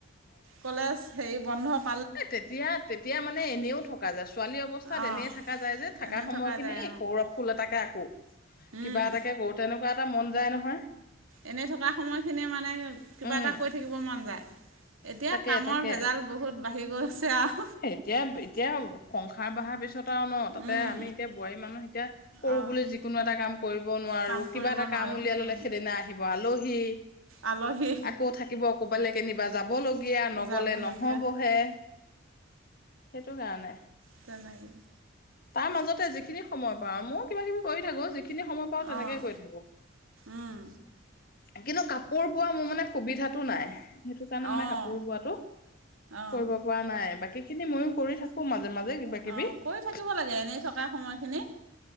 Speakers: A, on the right (about 90°); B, on the left (about 45°).
A: কলেজ। সেইৰি বন্ধক। <unintelligible>
B: এ তেতিয়া তেতিয়া মানে এনেও থকা যছো। <unintelligible> ছোৱালী অৱস্থাত
A: অঁ
B: এনে থাককা যায় যে থকা
A: এনেই
B: সময় খিনি
A: যায়
B: সৌৰৱ ফুল এটাকে আকো, কিবা
A: অঁ
B: এটাকে কৰোতে ন। <unintelligible> কিবা এটা মন যায় নহয়।
A: এনে থকা সময়খিনিয়ে মানে, কিবা
B: উম
A: এটা কৰি থাকিব মন যায়। এতিয়া
B: তাকে
A: কামৰ
B: তাকে
A: ভেজাল বহুত বাঢ়ি গৈছে আৰু।
B: এতিয়া এতিয়া সংসাৰ বঢ়াৰ পিছত ন তাতে
A: উম
B: আমি এতিয়া বোৱাৰী মানুহ এতিয়া কৰো
A: অঁ
B: বুলি যিকোনো এটা কাম কৰিব নোৱাৰো
A: কাম কৰিব
B: কিবা এটা
A: নোৱাৰোঁ
B: কাম উলিয়াই
A: উম,
B: ললে সেইদিনা আহিব আলহী হি
A: আলহী
B: আকৌ থাকিব কবালে কেনিবা যাব লগীয়া নগলে
A: যাবলগীয়া
B: নহবহে সেইটো কাৰণে
A: জনেকে <unintelligible>
B: তাৰ মাজতে যিখিনি সময় পাও মো কিবা কিবি কৰি থাকো যিখিনি সময় পাওঁ তেনেকেই
A: অঁ
B: কৰি থাকো
A: উম,
B: কিন্তু কাপোৰ বোৱা মোৰ মানে সুবিধা টো নাই সেইটো কাৰণে মানে
A: অঁ
B: কাপোৰ বোৱাটো
A: অঁ
B: কৰিব পৰা নাই বাকী সেইখিনি ময়ও কৰি থাকো মাজে মাজে কিবা কিবি
A: অ
B: এ
A: কৰি থাকিব লাগে এনেই থকা সময়খিনি